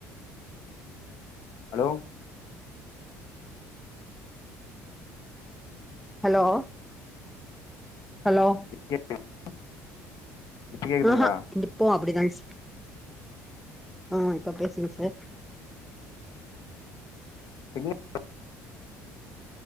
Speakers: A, on the left; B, in the centre.
A: ஹலோ
B: ஹலோ ஹலோ
A: <inaudible> இப்ப கேக்குதுங்களா
B: ஆஹா இப்பவு அப்டிதான சா ஆ இப்ப பேசுங்க சார்
A: சிக்னல்